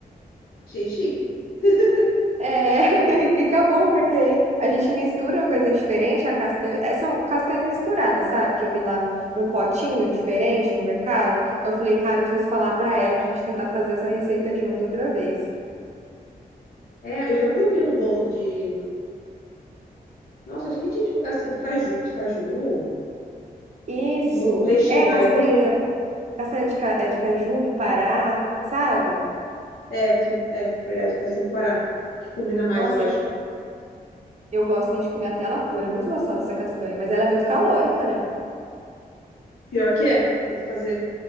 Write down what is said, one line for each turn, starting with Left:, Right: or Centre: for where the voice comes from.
Left: Achei chique. <laughs>
Right: É, <laughs> e fica bom, porque aí a gente mistura uma coisinha diferente, a castanha, é, são castanhas misturadas, sabe? Que eu vi lá no, no potinho diferente no mercado. Eu falei, cara, eu preciso falar pra ela pra gente tentar fazer essa receita junto outra vez.
Left: É, eu já comi um bolo de. Nossa, acho que tinha tipo castanha do caju, de caju.
Right: Isso,
Left: Um bolo com recheio.
Right: é castanha,
Left: Ah, é bom, hein?
Right: castanha de, ca- é, de caju do Pará, sabe?
Left: É, castanha é verdade, castanha do Pará. Que combina mais,
Right: Nossa,
Left: eu acho.
Right: eu gosto tem de comer até ela pura, é muito gostosa essa castanha, mas ela é muito calórica, né?
Left: Pior que é. Tenta fazer,